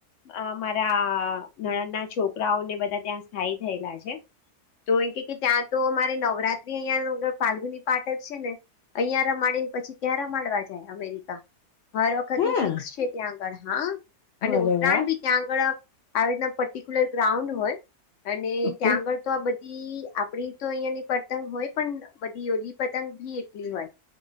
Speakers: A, on the left; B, on the left.
A: અ મારા નણદ ના છોકરાઓને બધા ત્યાં સ્થાયી થયેલા છે તો એ કે ત્યાં તો મામારે નવરાત્રી અહં ફાલ્ગુની પાઠક છે ને અહિયાં રમાડી પછી ત્યાં રમાડવા જાય મેરિકા હર વખત
B: હા
A: નું ફિક્સ છે ત્યાં આગળ હા અને
B: અરે
A: ઉત્તરાયણ
B: વાહ
A: બી ત્યાં આગળ આવી રીતના પર્ટિક્યુલર ગ્રાઉન્ડ હોય અને
B: ઓકે
A: ત્યાં આગળ તો આ બધી આપડી તો અહિયાયાની પતંગ હોય પણ બધી ઓયોલી પતંગ ભી એટલી હોય